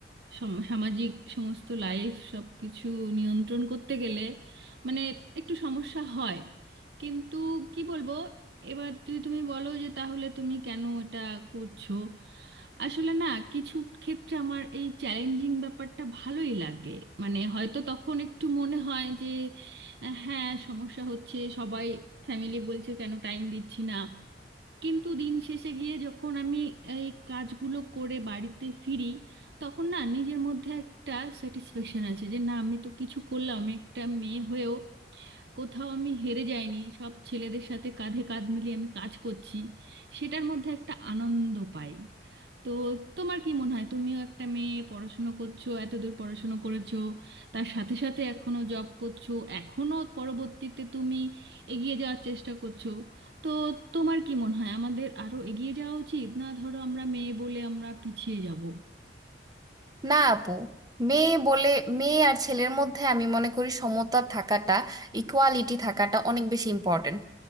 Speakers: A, on the right; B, on the right.
A: সম- সামাজিক সমস্ত লাইফ সব কিছু নিয়ন্ত্রণ করতে গেলে মানে একটু সমস্যা হয় কিন্তু কি বলবো এবার যদি তুমি বলো যে তাহলে তুমি কেন এটা করছো আসলে না কিছু ক্ষেত্রে আমার এই চ্যালেঞ্জিং ব্যাপারটা ভালোই লাগে মানে হয়তো তখন একটু মনে হয় যে আহ, হ্যাঁ সমস্যা হচ্ছে সবাই ফ্যামিলি বলছে কেন টাইম দিচ্ছি না কিন্তু দিন শেষে গিয়ে যখন আমি এই কাজগুলো করে বাড়িতে ফিরি তখন না নিজের মধ্যে একটা স্যাটিসফ্যাকশন আছে যে না আমি তো কিছু করলাম আমি একটা মেয়ে হয়েও কোথাও আমি হেরে যাইনি সব ছেলেদের সাথে কাঁধে কাঁধ মিলিয়ে আমি কাজ করছি সেটার মধ্যে একটা আনন্দ পাই তো তোমার কি মনে হয় তুমিও একটা মেয়ে পড়াশুনো করছো এতদূর পড়াশুনো করেছো তার সাথে সাথে এখনো জব করছো এখনো পরবর্তীতে তুমি এগিয়ে যাওয়ার চেষ্টা করছো তো তোমার কি মনে হয় আমাদের আরো এগিয়ে যাওয়া উচিত না ধরো আমরা মেয়ে বলে আমরা পিছিয়ে যাব
B: না আপু মেয়ে বলে মেয়ে আর ছেলের মধ্যে আমি মনে করি সমতা থাকাটা ইকুয়ালিটি থাকাটা অনেক বেশি ইম্পর্টেন্ট